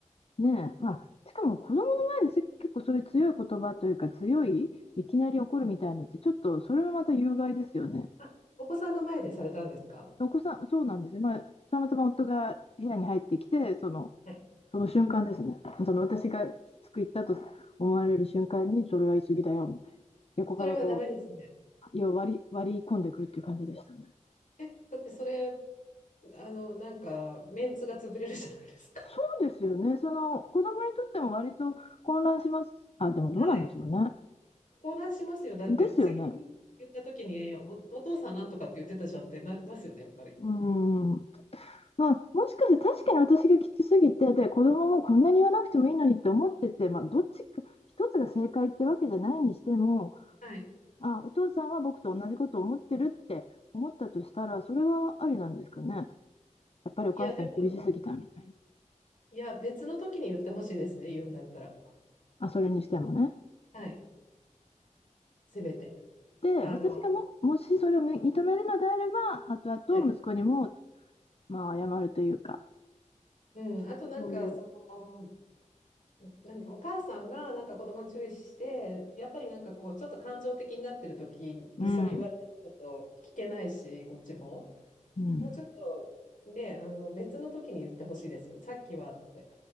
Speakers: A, on the left; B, on the left.
A: ね、まあ、しかも子供の前でせ結構そういう強い言葉というか強い、いきなり怒るみたいのってちょっとそれもまた有害ですよね。
B: あお子さんの前でされたんですか
A: お子さん、そうなんですよ。まあ、たまたま夫が部屋に入ってきて、その、
B: はい
A: その瞬間ですね。その私がきつく言ったと思われる瞬間にそれは言い過ぎだよみたいな。横からこう、
B: それはダメですね。
A: いや割り、割り込んでくるっていう感じでしたね。
B: え、だってそれ、あの、なんか、メンツが潰れるじゃないですか。
A: そうですよね。その子供にとっても割と混乱します。あ、でもどうなんでしょうね。
B: はい。混乱しますよ。だって、
A: ですよね。
B: 次言った時にお、お父さんなんとかって言ってたじゃんってなりますよね、やっぱり。
A: うーん。まあ、もしかして確かに私がきつすぎて、で、子供もこんなに言わなくてもいいのにって思ってて、まあ、どっちか、一つが正解ってわけじゃないにしても、
B: はい。
A: あ、お父さんは僕と同じことを思ってるって思ったとしたら、それはありなんですかね。やっぱりお母さん厳しすぎたみたいな。
B: いや、でも、いや、別の時に言ってほしいですね、言うんだったら。
A: あ、それにしてもね。
B: はい。せめて。
A: で、
B: あの、
A: 私がも、もしそれをめ認めるのであれば、後々息子にも、
B: はい。
A: まあ、謝るというか、
B: うん、あとなんか、
A: そういう。
B: その、何、お母さんがなんか子供に注意して、やっぱりなんかこう、ちょっと感情的になってる時にそれ言われたらちょっと聞けないし、
A: うん。
B: こっちも。
A: うん。
B: もうちょっとね、あの別の時に言ってほしいですよ。さっきはって、